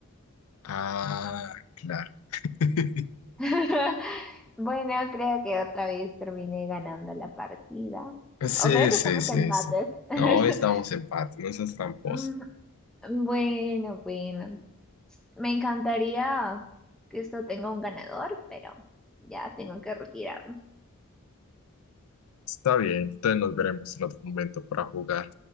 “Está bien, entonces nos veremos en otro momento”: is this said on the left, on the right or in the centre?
Left